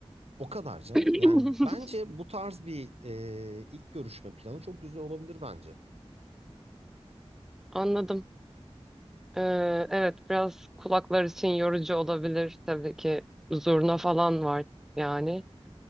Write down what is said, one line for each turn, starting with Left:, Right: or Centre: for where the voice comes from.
Right: O kadar canım.
Centre: <clears throat>
Right: Yani bence
Centre: <laughs>
Right: bu tarz bir e, ilk görüşme planı çok güzel olabilir bence.
Centre: Anladım. Ee, evet biraz kulaklar için yorucu olabilir tabii ki. Zurna falan var yani.